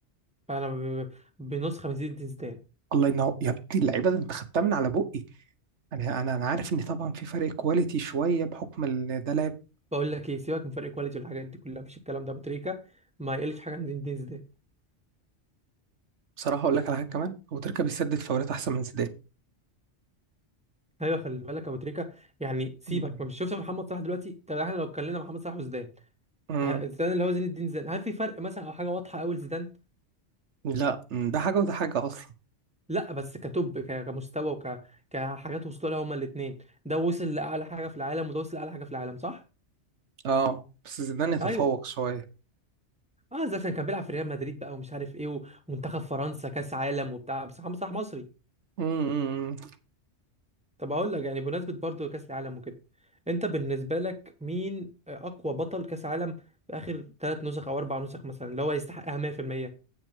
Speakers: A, in the centre; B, on the right.
A: فانا ب- بنسخه من زين زيدان
B: الله ينور يا ابني اللعيبه ده انت خدتها من على بقي انا انا انا عارف ان طبعا في فرق كواليتي شويه بحكم ان ده لاعب
A: بقول لك ايه سيبك من فرق كواليتي والحاجات دي كلها مفيش الكلام ده ابو تريكه ما يقلش حاجه عن زين زيدان
B: بصراحه اقول لك على حاجه كمان أبو تريكة بيسدد فاولات احسن من زيدان
A: ايوه خلي بالك ابو تريكه يعني سيبك
B: مم.
A: ما مش شفت محمد صلاح دلوقتي طب احنا لو اتكلمنا محمد صلاح وزيدان
B: مم.
A: ه- زيدان اللي هو زين الدين زيدان هل في فرق مثلا او حاجه واضحه قوي لزيدان
B: لا مم، ده حاجه وده حاجه اصلا
A: لا بس كتوب ك- كمستوى وك كحاجات وصلوا لها هما الاثنين ده وصل لاعلى حاجه في العالم وده وصل لاعلى حاجه في العالم صح
B: اه بس زيدان يتفوق
A: ايوه
B: شويه
A: اه ده عشان كان بيلعب في ريال مدريد بقى ومش عارف ايه ومنتخب فرنسا كاس عالم وبتاع بس محمد صلاح مصري
B: مم.
A: طب اقول لك يعني بمناسبه برضو كاس العالم وكده انت بالنسبه لك مين اقوى بطل كاس عالم في اخر ثلاث نسخ او اربع نسخ مثلا اللي هو يستحقها 100%